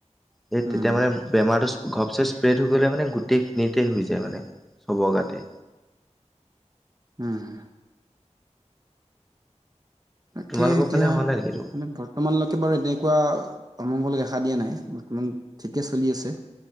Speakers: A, in the centre; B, on the right (about 30°).
A: সেই
B: উম
A: তেতিয়া মানে, বেমাৰটো, ঘপচে স্প্ৰেড হৈ গ'লে মানে, গোটেইখিনিতে হৈ যায় মানে, চব গাতে।
B: উম! তাকে,
A: তোমালোকৰ
B: এতিয়া
A: ফালে
B: মানে,
A: হোৱা নাই নেকি এইটো
B: বৰ্ত বৰ্তমানলৈকে বাৰু এনেকুৱা অমংগল দেখা দিয়া নাই। বৰ্তমান ঠিকে চলি আছে।